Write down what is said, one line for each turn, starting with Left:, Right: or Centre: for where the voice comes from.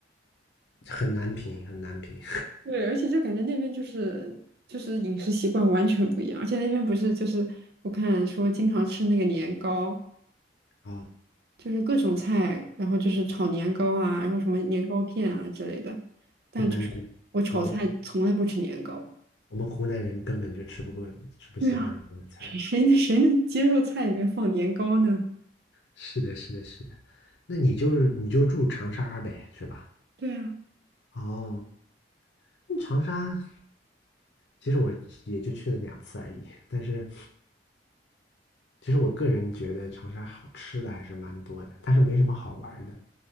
Left: 很难评，很难评
Right: 对，而且就感觉那边就是就是饮食习惯完全不一样，而且那边不是就是我看说经常吃那个年糕，
Left: <laughs> 啊，
Right: 就是各种菜，然后就是炒年糕啊，然后什么年糕片啊之类的。但就是我炒菜从来不吃年糕。
Left: 很难评。我们我们湖南人根本就吃不过，吃不习惯那边的菜的。
Right: 对啊，<laughs> 谁谁能谁能接受菜里面放年糕呢？
Left: 是的，是的，是的。那你就是你就住长沙呗，是吧？
Right: 对啊，
Left: 哦，那长沙。其实我也就去了两次而已，但是其实我个人觉得长沙好吃的还是蛮多的，但是没什么好玩的。